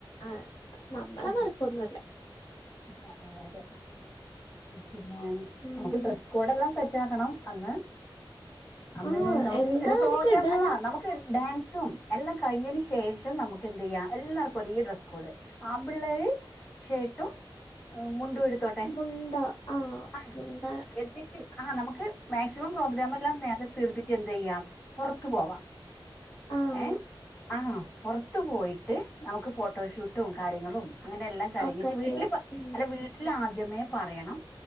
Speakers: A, on the left (about 45°); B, on the left (about 20°).
A: ആ നമ്മളെ
B: ഉം
A: മറക്കൊന്നുല്ല
B: അതെ അതെ പിന്നെ
A: ഉം
B: നമുക്ക് ഡ്രസ് കോഡ്ല്ലാം സെറ്റ് ആക്കണം അന്ന് അന്ന്
A: ആഹ്
B: നമുക്ക്
A: എന്താ
B: വല്ല പ്രോഗ്രാം
A: നമുക്ക് ഇടാ?
B: അല്ല നമുക്ക് ഡാൻസും എല്ലാം കഴിഞ്ഞതിന് ശേഷം നമുക്ക് എന്ത് ചെയ്യ്യാം എല്ലാർക്കും ഒരേ ഡ്രസ്സ് കോഡ് അമ്പിള്ളർ ഷേട്ടും മുണ്ടും എടുത്തോട്ടെ
A: മുണ്ട ആഹ്
B: ആ
A: മുണ്ട
B: എന്നിറ്റ്
A: എടുക്ക
B: ആഹ് നമുക്ക് മാക്സിമം പ്രോഗ്രാം എല്ലാം നേരത്തെ തീർത്തിട്ട് എന്ത് ചെയ്യാം പുറത്തു പോവാ
A: ആഹ്
B: ഏഹ് ആ പുറത്തു പോയിട്ട് നമുക്ക് ഫോട്ടോഷൂട്ടും കാര്യങ്ങളും അങ്ങനെ എല്ലാം കഴിഞ്ഞിട്ട്
A: ഒക്കെ
B: വീട്ടില്
A: ചെയ്യാം. ഉം
B: അല്ല വീട്ടിൽ ആദ്യമേ പറയണം